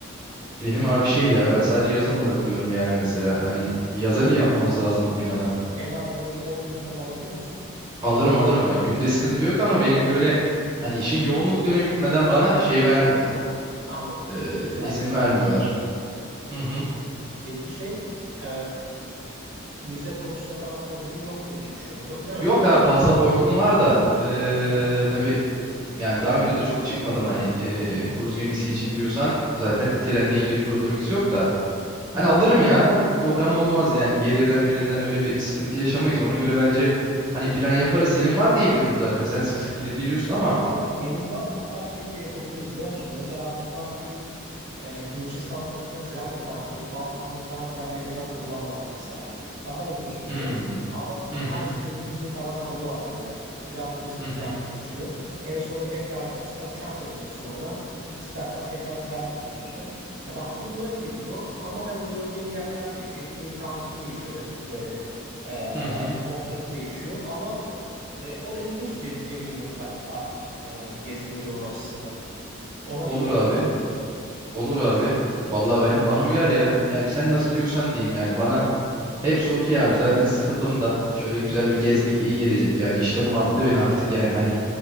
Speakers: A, on the right; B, on the right.
A: Benim abi şey ya ben sadece yazın alabiliyorum yani mesela
B: Hmm.
A: hani yaza bir yapmamız lazım bu plana.
B: Peki en az böyle bir 10 gün falan alabiliyor musun?
A: Alırım alırım ha. Günde sıkıntı yok ama benim böyle hani işin yoğunluk dönemi bitmeden bana şey vermiyorlar.
B: Ha, anladım.
A: Ee,
B: Müsaitlik
A: izin
B: zamanları.
A: vermiyorlar. Hı hı.
B: Peki şey e, vize konusunda falan problemin yoktur diye düşünüyorum. do- Değil mi?
A: Yok ha pasaportum var da ee,
B: Aha.
A: tabii yani daha önce de çok çıkmadım hani ee,
B: Hı hı.
A: kruz
B: hı.
A: gemisi için diyorsan zaten trenle ilgili problemimiz yok da Hani alırım ya bir problem olmaz yani gelirden melirden öyle bir sıkıntı yaşamayız. Ona göre bence hani plan yaparız. Senin var diye biliyorum zaten sen sık sık gidip geliyorsun ama.
B: Aynen benim var. Hatta şey bile yapabiliriz biliyor musun? Mesela buradan binip e, Gürcistan tarafına trenle başlayıp Balkanları falan trenle gezen turlar da var mesela. Daha uzun sürüyor
A: Hmm.
B: ama
A: Hı
B: her
A: hı.
B: şehirde bir gün falan kalıyorlar böyle. Biraz turistik
A: Hı hı.
B: trenle geçiyor. En sonunda tekrardan ister uçakla dönüyorsun oradan, istersen tekrar trenle dönüyorsun. Ya daha uyguna geliyor ama hani göreceğin yerler değişiyor. Etkinlik ta şeyi değişiyor tabii ki böyle bir e,
A: Hı hı.
B: konsepti değişiyor ama e, o da ilginç bir deneyim olur bence tatil açısından yani gezme yorum açısından. Ona
A: Olur
B: fikrin
A: abi.
B: ne?
A: Olur abi. Vallahi ben bana uyar ya. Yani sen nasıl diyorsan diyeyim yani bana hepsi okey abi. Zaten sıkıldım da şöyle güzel
B: Hı.
A: bir gezmek iyi gelecek yani. İşte bunalttı beni artık yani hani